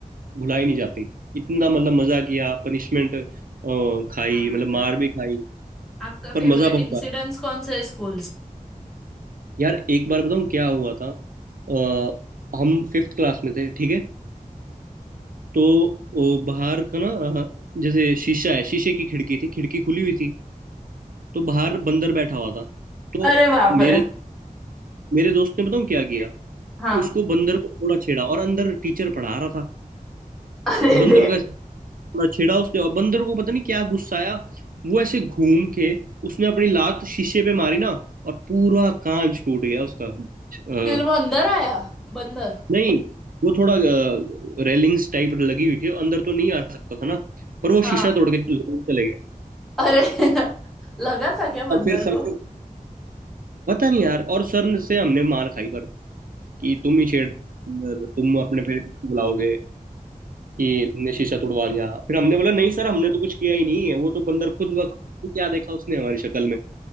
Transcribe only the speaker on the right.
भुलाई नहीं जाती इतना मतलब मजा किया पनिशमेंट खाई
मतलब मार
भी खाई
पर
मजा बहुत
आया
यार एक बार बताऊँ क्या हुआ था अ, हम फिफ्थ क्लास में थे ठीक है तो ओ, बाहर का ना अ, जैसे शीशा है शीशे की खिड़की थी खिड़की खुली हुई थी तो बाहर बंदर बैठा हुआ था तो
मेरे
मेरे दोस्त ने बताऊँ क्या किया
उसको बंदर को थोड़ा छेड़ा और अंदर टीचर पढ़ा रहा था
बंदर
को ऐसे थोड़ा छेड़ा उसने और बंदर को पता नहीं क्या गुस्सा आया वो ऐसे घूम के उसने अपनी लात शीशे पे मारी ना और पूरा कांच टूट गया उसका
अ,
नहीं वो थोड़ा रेलिंग्स टाइप लगी हुई थी अंदर तो नहीं आ सकता था ना पर वो
शीशा तोड़ के जरूर चले गए
और
फिर सर
से पता नहीं यार और सर से हमने मार खाई पर कि तुम ही छेड़ तुम अपने पेरेंट्स को बुलाओगे कि तुमने शीशा तोड़वा दिया फिर हमने बोला नहीं सर हमने तो कुछ किया ही नहीं है वो तो बंदर खुद बखुद क्या देखा उसने हमारी शक्ल में